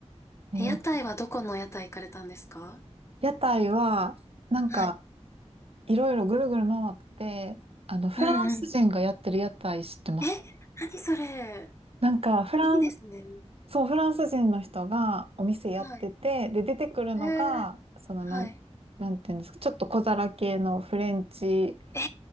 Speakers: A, on the right; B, on the left.
A: えー
B: え屋台はどこの屋台行かれたんですか
A: 屋台は、なんか、
B: はい。
A: いろいろぐるぐる回って、あの、フランス人がやってる屋台知ってます
B: うんうん。え、何それ。
A: なんか、フランス、
B: いいですね。
A: そう、フランス人の人がお店やってて、
B: はい。
A: で、出てくるのが、
B: えー、
A: その、
B: はい。
A: なん、なんていうんですか、ちょっと小皿系のフレンチ、
B: えー、